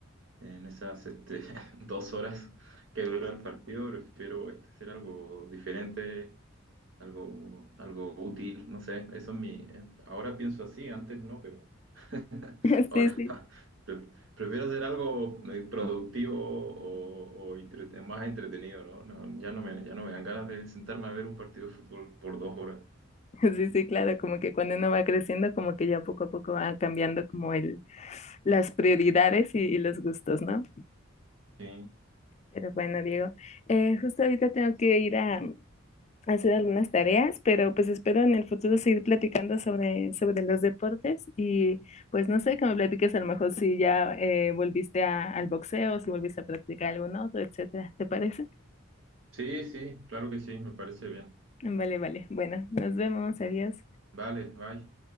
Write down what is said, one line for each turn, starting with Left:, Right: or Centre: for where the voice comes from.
Right: en esas este, <laughs> dos horas que dura el partido. Prefiero este, hacer algo diferente, algo, algo útil. No sé, eso es mi... eh, Ahora pienso así, antes no, pero <laughs>
Left: <laughs>
Right: ahora
Left: Sí, sí,
Right: <laughs> pre- prefiero hacer algo eh, productivo o, o entrete- más entretenido, ¿no? No, ya no me, ya no me dan ganas de sentarme a ver un partido de fútbol por dos horas.
Left: sí, sí, claro, como que cuando uno va creciendo, como que ya poco a poco va cambiando como el, las prioridades y, y los gustos, ¿no?
Right: Sí,
Left: Pero bueno, Diego, eh, justo ahorita tengo que ir a, hacer algunas tareas, pero pues espero en el futuro seguir platicando sobre, sobre los deportes y pues no sé, que me platiques a lo mejor si ya eh, volviste a- al boxeo, si volviste a practicar algún otro, etcétera. ¿Te parece?
Right: sí, sí, claro que sí, me parece bien.
Left: Vale, vale. Bueno, nos vemos. Adiós.
Right: Vale, bye.